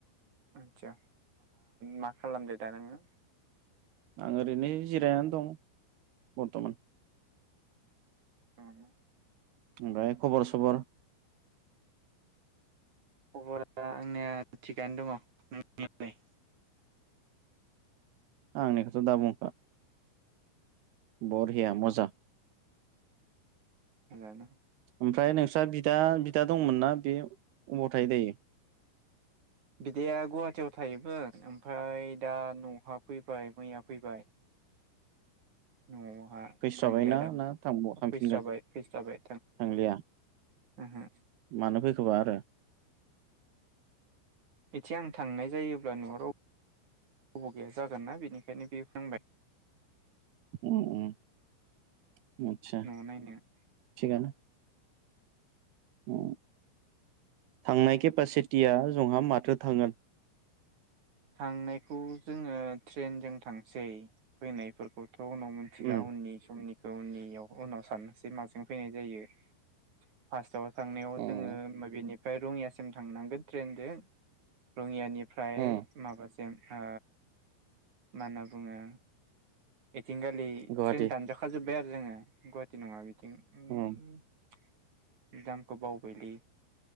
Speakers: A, on the right (about 35°); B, on the right (about 70°).
A: आदसा मा खालामदो दा नोङो
B: आं ओरैनो जिरायनानै दं बरथमान
A: <inaudible>
B: ओमफ्राय खबर सबर
A: खबरा आंनिया थिगानो दङ नोंनियालाय
B: आंनि खौथ दा बुंखा बरिया मजा
A: <inaudible> <unintelligible>
B: ओमफ्राय नोंस्रा बिदा बिदा दंमोनना बे अबाव थायो दायो
A: बिदाया गुवाहाटियाव थायोमोन ओमफ्राय दा नहाव फैबाय मैया फैबाय <unintelligible>
B: फैसा
A: थांलिया
B: बायना
A: दां
B: ना थांब थांफिनगोन
A: फैस्राबाय फैस्राबाय
B: थांलिया
A: ओहो
B: मानो फैखोबा आरो
A: थि आं थांनाय जायोबा न'आव राव ब' गैया जागोन ना बेनिखायनो बे फोंबाय
B: उम उम आत्सा
A: न'आव नायनो
B: थिगानो औ थांनाय केपासिटिया जंहा माथो थांगोन
A: थांनायखौ जोङो ट्रेनजों थांसै फैनायफोरखौ थ' उनाव मिनथिला
B: उम
A: उननि समनि <unintelligible> उनाव साननोसै माजों फैनाय जायो फार्स्टआव थांनायाव
B: उम
A: जोङो मा बेेनिफ्राय रङियासिम थांनांगोन ट्रेनजों रङियानिफ्राय
B: उम
A: माबासिम ओ मा होनना बुङो थिंगालि
B: गुवाहाटि
A: ट्रेन दानजाखाजोब्बाय आरो जोङो गुवाट थि नङा <unintelligible>
B: उम
A: दामखौ बावबायलै